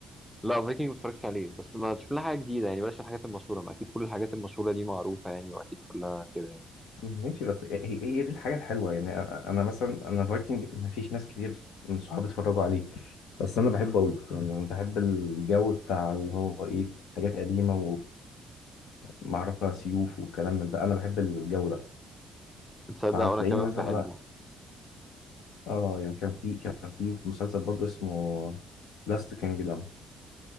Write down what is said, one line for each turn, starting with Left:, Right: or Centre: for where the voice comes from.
Centre: لا فايكنج ما اتفرجتش عليه بس ما تشوف لنا حاجه جديده يعني بلاش الحاجات المشهوره ما اكيد كل الحاجات المشهوره دي معروفه يعني واكيد كلها كده يعني
Left: ماشي بس هي هي هي دي الحاجه الحلوه يعني انا أنا مثلا انا فايكنج ما فيش ناس كتير من صحابي اتفرجوا عليه بس انا بحبه قوي يعني انا بحب الجو بتاع اللي هو ايه حاجات قديمه ومعركه سيوف وكلام من ده انا بحب الجو ده
Centre: تصدق
Left: فهتلاقيني
Centre: وانا كمان
Left: مثلا
Centre: بحبه
Left: انا اه يعني كان في كان في مسلسل برضه اسمه لاست كينجدم